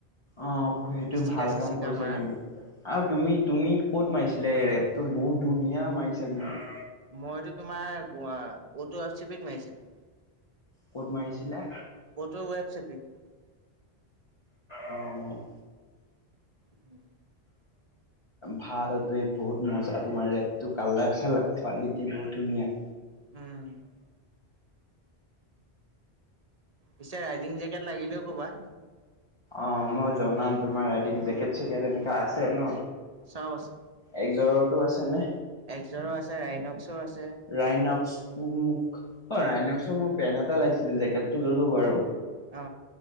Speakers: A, on the left; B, on the right.
A: অ', সেইটো
B: ষ্টিকাৰ
A: ভাল
B: চিষ্টিকাৰ
A: কাম কৰিছাঁ
B: মাৰা
A: কিন্তু আৰু তুমি তুমি ক'ত মাৰিছিলা ৰেপ। তো, বহুত ধুনীয়া মাৰিছা কিন্তু।
B: মইতো তোমাৰ, অটো আৰচিপিত মাৰিছিলোঁ।
A: ক'ত মাৰিছিলা?
B: কত ৱেব <unintelligible>
A: অ'।
B: উম।
A: ভাল বে বহুত মজা, তোমাৰ ৰেটটো, কালাৰ চালাৰ কোৱালিটি বহুত ধুনীয়া।
B: উম। পিছে ৰাইডিং জেকেট লাগিলেও ক'বা।
A: অ', মই জনাম তোমাক ৰাইডিং জেকেট চেকেট এনেকা আছে ন?
B: চব আছে,
A: একজৰৰটো আছে নে?
B: এক্সাৰো আছে ৰাইনক্স‌ও আছে।
A: ৰাইনক্স, <unintelligible> অ', ৰাইনক্সৰ মোৰ পেণ্ট এটা লাগিছিলে জেকেটটো ল'লো বাৰু।
B: অ